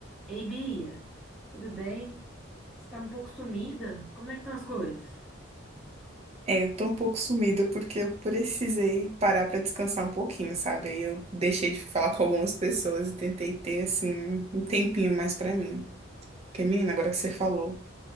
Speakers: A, in the centre; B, on the right.
A: Ei, Bia, tudo bem? Você tá um pouco sumida? Como é que estão as coisas?
B: É, eu tô um pouco sumida porque eu precisei parar pra descansar um pouquinho, sabe? Aí eu deixei de falar com algumas pessoas e tentei ter, assim, um tempinho mais pra mim. Porque, menina, agora que você falou,